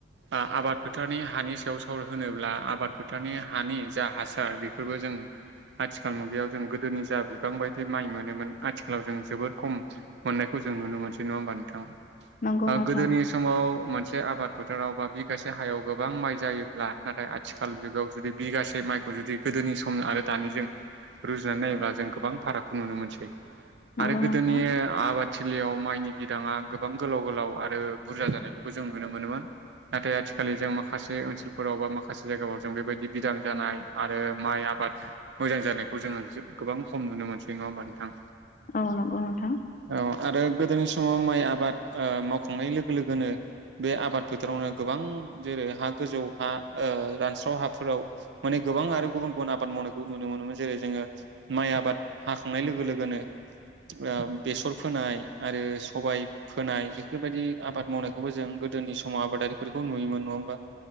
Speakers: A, on the right; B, on the left.
A: आबाद फोथारनि हानि सायाव साव होनोब्ला आबाद फोथारनि हानि जा हासार बेफोरबो जों आथिखाल मुगायाव जों गोदोनि जा बिबां बायदि माइ मोनोमोन आथिखालाव जों जोबोद खम मोननायखौ जों नुनो मोनसै नङा होमबा नोंथां ओ
B: नंगौ नोंथां
A: गोदोनि समाव मोनसे आबाद फोथाराव बा बिगासे हायाव गोबां माइ जायोब्ला नाथाय आ थिखाल जुगाव जुदि बिगासे माइखौ जुदि गोदोनि सम आरो दानिजों रुजुनानै नायोब्ला जों गोबां फारागखौ नुनो मोनसै
B: नंगौ
A: आरो गोदोनि
B: नोंथां
A: आबाद थिलियाव माइनि बिदाङा गोबां गोलाव गोलाव आरो बुरजा जानायखौबो जों नुनो मोनोमोन नाथाय आथिखाललि जों माखासे ओनसोलफोराव बा माखासे जायगाफोराव जों बेबायदि बिदां जानाय आरो माइ आबाद मोजां जानायखौ जोङो गोबां खम नुनो मोनसै नङा होमबा नोंथां
B: औ नंगौ नोंथां
A: औ आरो गोदोनि समाव माइ आबाद ओ मावखांनाय लोगो लोगोनो बे आबाद फोथारावनो गोबां जेरै हा गोजौ हा ओ रानस्राव हाफोराव माने गोबां आरो गुबुन गुबुन आबाद मावनाय नुनो मोनोमोन जेरै जोङो माइ आबाद हाखांनाय लोगो लोगोनो ओ बेसर फोनाय आरो सबाय फोनाय बेफोरबायदि आबाद मावनायखौबो जों गोदोनि समाव आबादारिफोरखौ नुयोमोन नङा होमबा?